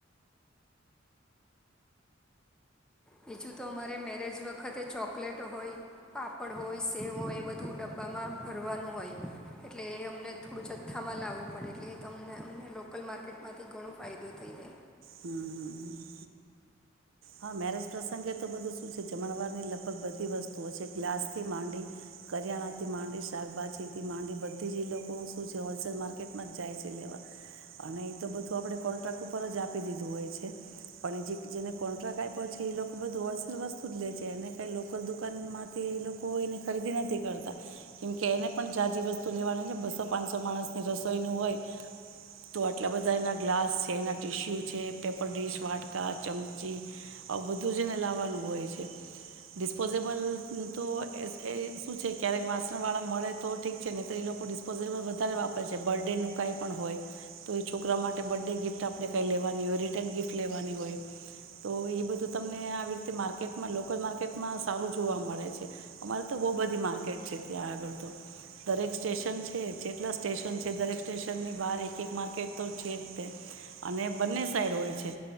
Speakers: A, in the centre; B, on the right (about 75°).
A: બીજું તો અમારે મેરેજ વખતે ચોકલેટો હોય. પાપડ હોય, સેવ હોય એ બધું ડબ્બામાં ભરવાનું હોય. એટલે એ અમને થોડું જથ્થામાં લાવું. <unintelligible> તમને અમને લોકલ માર્કેટ માંથી ઘણો ફાયદો થઈ જાય.
B: હમ્મ. હા મેરેજ પ્રસંગે તો બધું શું છે જમાડવાની લગભગ બધી વસ્તુઓ છે ગ્લાસ થી માંડી ને કરિયાણા થી માંડી શાકભાજી થી માંડી બધી જ લોકો શું છે હોલસેલ માર્કેટમાં જાય છે, લેવા અને એ તો બધું આપણે કોન્ટ્રાક્ટ ઉપર જ આપી દીધું હોય છે, પણ એ જે જેને કોન્ટ્રાક્ટ આપ્યો છે એ લોકો બધું વસ્તુ વસ્તુ જ લે છે. ને કાંઈ લોકલ દુકાનમાંથી એ લોકો એની ખરીદી નથી કરતા કેમકે એને પણ ઝાઝી વસ્તુ લેવાની છે, બસો પાંચસો માણસની રસોઈનું હોય, તો આટલા બધા એના ગ્લાસ છે એના ટિશ્યુ છે પેપર ડીશ વાટકા ચમ ચી આવું બધું છે. ને લાવવાનું હોય છે, ડિસ્પોઝેબલ તો એ શું છે. ક્યારેક વાસણવાળા મળે તો ઠીક છે. નહી તો એ લોકો ડિસ્પોઝેબલ વધારે વાપરે છે, બર્થ ડેનું કાંઈ પણ હોય તો એ છોકરા માટે બર્થ ડે ગિફ્ટ આપણે કાંઈ લેવાની હોય રિટર્ન ગિફ્ટ લેવાની હોય. તો એ બધું તમને આવી રીતે માર્કેટમાં લોકલ માર્કેટમાં સારું જોવા મળે છે. અમારે તો બો બધી માર્કેટ છે ત્યાં આગળ તો દરેક સ્ટેશન છે જેટલા સ્ટેશન છે દરેક સ્ટેશનની બહાર એક એક માર્કેટ તો છે, જ અને બંને સાઈડ હોય છે